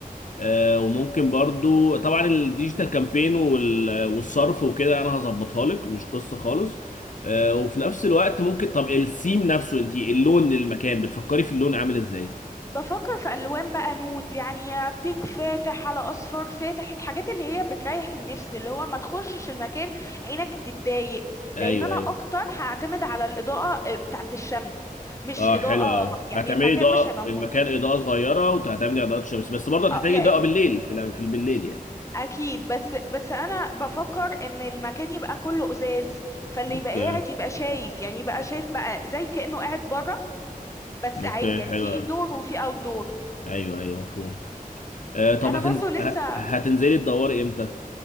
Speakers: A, on the left; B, on the left.
A: آه، وممكن برضو طبعا الديجيتال كامبين وال- والصرف وكده انا هظبطها لك مش قصة خالص آه، وفي نفس الوقت ممكن طب السيم نفسه انت اللون للمكان بتفكري في اللون عامل ازاي
B: بفكر في ألوان بقى نود يعني بينك فاتح على أصفر فاتح الحاجات اللي هي بتريح النفس اللي هو ما تخشش المكان عينك تتضايق
A: ايوه
B: لأن أنا
A: ايوه
B: أكتر هعتمد على الإضاءة آه، بتاعت الشمس مش
A: اه
B: إضاءة
A: حلو قوي
B: يعني
A: هتعملي
B: المكان
A: اضاءة
B: مش هيبقى
A: المكان
B: من...
A: اضاءة صغيرة وهتعملي اضاءة شمس بس برضه هتحتاجي
B: آه، لأن
A: اضاءة بالليل في الأ- في بالليل يعني
B: أكيد بس بس أنا بفكر إن المكان يبقى كله إزاز فاللي
A: اوكي
B: يبقى قاعد يبقى شايف يعني يبقى شايف بقى زي كأنه قاعد بره بس
A: اوكي
B: عادي يعني
A: حلو
B: في
A: قوي
B: إندور وفي أوتدور
A: ايوه ايوه مفهوم آه، طب
B: أنا
A: هتنز...
B: برضو لسه
A: ه- هتنزلي تدوري امتى